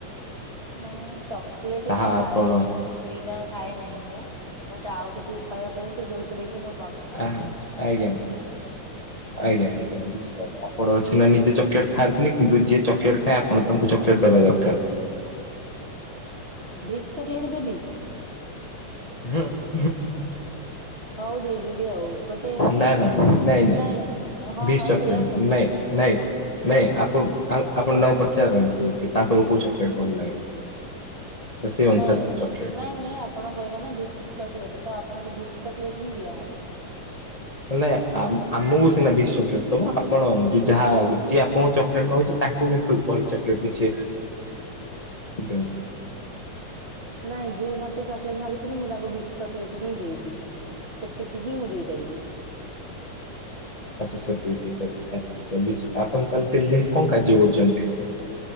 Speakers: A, on the right; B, on the left.
A: ନାଇଁ ଚକୋଲେଟ୍
B: ତାହା
A: ମୁଁ ଖାଏ
B: ଆପଣ
A: ନାହିଁ। ସେଇଟା ଖାଏ ନାହିଁ ମୁଁ ମତେ ଆଉ କିଛି ଉପାୟ କୁହନ୍ତୁ ଯୋଉଥିରେ କି ମତେ
B: ଆ ଆଜ୍ଞା ଆଜ୍ଞା ଆଜ୍ଞା ବୁଝିପାରିଲି ଆପଣ କି ନିଜେ ଚକଲେଟ୍ ଖାଆନ୍ତିନି କିନ୍ତୁ ଯିଏ ଚକୋଲେଟ୍ ଖାଏ ଆପଣ ତାଙ୍କୁ ଚକୋଲେଟ୍ ଦବା ଦରକାର।
A: ଭିସ୍କି ଚକୋଲେଟ୍ ଦେବି?
B: ଉଁ ହୁଁ।
A: ହଉ ଦେଇଦେବି ଆଉ। ଗୋଟେ
B: ନା ନା ନାଇଁ
A: ନାଇଁ ହଁ
B: ବିସ୍
A: ହଁ
B: ଚକୋଲେଟ
A: ସେଇୟା କରିବି।
B: ନାଇଁ ନାଇଁ ନାଇଁ ଆପଣ ଆପଣ ତାଙ୍କୁ ପଚାରନ୍ତୁ ଯେ ତାଙ୍କର କୋଉ ଚକୋଲେଟ୍ ଭଲ ଲାଗେ। ତ ସେଇ
A: ନାଇଁ
B: ଅନୁସାରେ ସେ ଚକୋଲେଟ
A: ନାଇଁ ନାଇଁ ଆ ଆପଣ କହିଲେ ନା ଭିକ୍ସ ଚକୋଲେଟ୍ ତ ଆପଣଙ୍କୁ ଭିକ୍ସ ଚକୋଲେଟ୍ ହିଁ ଦିଆହବ।
B: ନାଇଁ ଆମକୁ ସିନା ଭିକ୍ସ ଚକୋଲେଟ୍ ଦବ ଆପଣ ଯାହା ଯିଏ ଆପଣଙ୍କୁ ଚକୋଲେଟ୍ ମାଗୁଛି ତାଙ୍କୁ କିନ୍ତୁ ଭଲ ଚକୋଲେଟ୍ କିଛି
A: <inaudible>
B: ଏକଦମ।
A: ନାଇଁ ଯିଏ ମତେ ଚକୋଲେଟ୍ ମାଗୁଛନ୍ତି ମୁଁ ତାଙ୍କୁ ଭିକ୍ସ ଚକୋଲେଟ୍ କି ଦେଇବି ସେତିକି ହିଁ ମୁଁ ଦେଇପାରିବି।
B: ଆଚ୍ଛା ସେତି ଆଛା ଆଛା ଆପଣ ତାନେ ତିନି ଦିନ କଣ କାର୍ଯ୍ୟ କରିଛନ୍ତି।